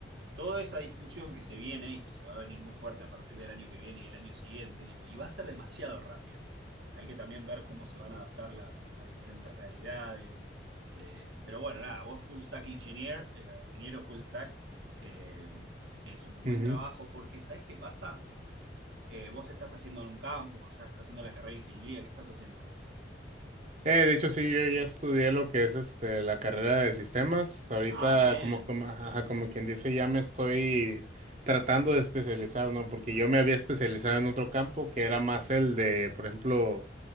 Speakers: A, on the right; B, on the right.
A: toda esa discusión que se viene y que se va a venir muy fuerte a partir del año que viene y el año siguiente, y, y va a ser demasiado rápido. Hay que también ver cómo se van a adaptar las, las diferentes realidades. Eh, pero bueno, nada, vos full stack engineer, eh, ingeniero full stack, eh, es un buen
B: Ujú.
A: trabajo porque ¿sabes qué pasa? Eh, vos estás haciendo en un campus, o sea, estás haciendo la carrera de ingeniería, ¿qué estás haciendo?
B: Eh, de hecho, sí, yo ya estudié lo que es este, la carrera de sistemas. Ahorita,
A: Ah, bien,
B: como, como, ajá, como quien dice, ya me estoy tratando de especializar, ¿no? Porque yo me había especializado en otro campo que era más el de, por ejemplo,